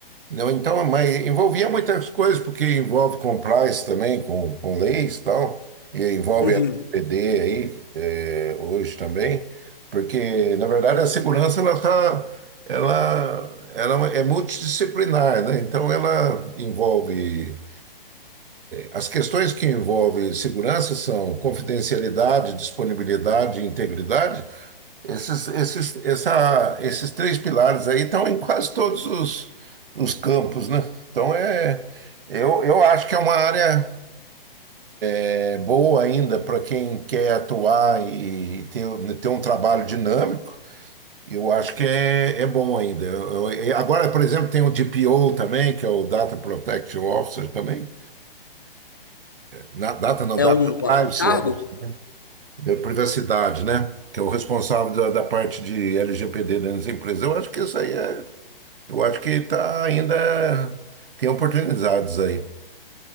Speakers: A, on the right; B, on the left.
A: Não, então, mas envolvia muitas coisas, porque envolve compliance também, com, com leis e tal, e envolve
B: Uhum.
A: a LGPD aí, eh, hoje também, porque, na verdade, a segurança, ela tá, ela, ela é multidisciplinar, né? Então, ela envolve, as questões que envolvem segurança são confidencialidade, disponibilidade e integridade, esses, esses, essa, esses três pilares aí estão em quase todos os, os campos, né? Então é, eu, eu acho que é uma área é, boa ainda para quem quer atuar e ter, ter um trabalho dinâmico. Eu acho que é, é bom ainda. Eu- eu- e agora, por exemplo, tem o DPO também, que é o Data Protection Officer também. Na, data não,
B: É
A: Data
B: um,
A: Privacy
B: um cargo?
A: Officer, da privacidade, né? Que é o responsável da, da parte de LGPD dentro das empresas. Eu acho que isso aí é Eu acho que tá ainda tem oportunidades aí.